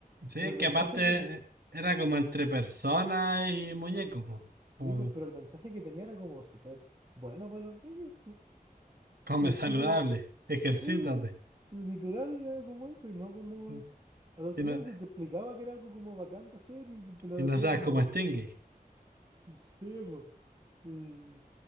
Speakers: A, on the right; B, on the right.
A: Sí,
B: Pero el
A: que
B: mensaje
A: aparte
B: que te...
A: eh, era como entre persona y muñeco, po. Como
B: sí, pues, pero el mensaje que tenía era como súper bueno para los niños, pues.
A: come
B: Sí,
A: <laughs>
B: el
A: saludable,
B: tipo,
A: ejercítate.
B: sí, pues, literal era como eso y no como
A: ¿no?
B: adoctrinante,
A: Y no,
B: te explicaba que era algo como bacán de hacer y te lo
A: y no
B: decía
A: seas
B: como,
A: como Stingy.
B: <laughs> sí, pues. Y-